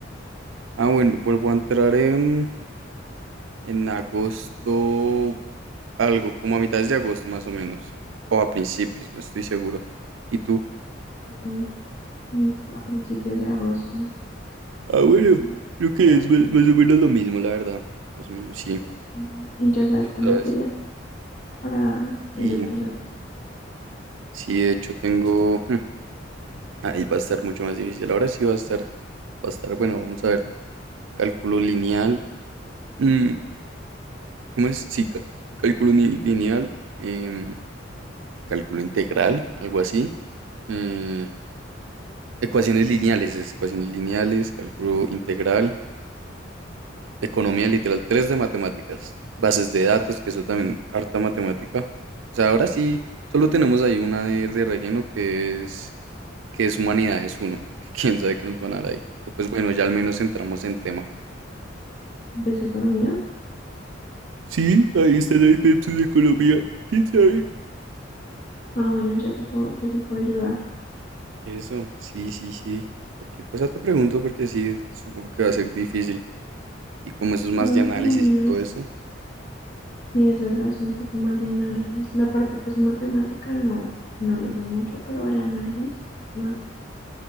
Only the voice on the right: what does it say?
Ah, bueno, vuelvo a entrar en En agosto, algo, como a mitades de agosto más o menos, o a principios, no estoy seguro. ¿Y tú?
Ah, bueno,
creo que
es más, más o menos lo mismo, la verdad. Más o menos, sí.
¿Y otra
vez?
Sí,
sí, de hecho tengo... <laughs> Ahí va a estar mucho más difícil. Ahora sí va a estar, va a estar, bueno, vamos a ver. Cálculo lineal. mm, ¿Cómo es? Sí, ca- cálculo ni- lineal. em, cálculo integral, algo así. eh, Ecuaciones lineales, es ecuaciones lineales, cálculo integral, economía literal 3 de matemáticas, bases de datos, que eso también, harta matemática. O sea, ahora sí, solo tenemos ahí una de, de relleno que es, que es humanidades uno, que <laughs> quién sabe qué nos van a dar ahí. Pero pues bueno, ya al menos entramos en tema.
Sí, ahí está la IPEPSU de Colombia. ¿Quién sabe?
Eso, sí, sí, sí. Cualquier cosa te pregunto porque sí, supongo que va a ser difícil. Y como eso es más
de análisis
y todo
eso.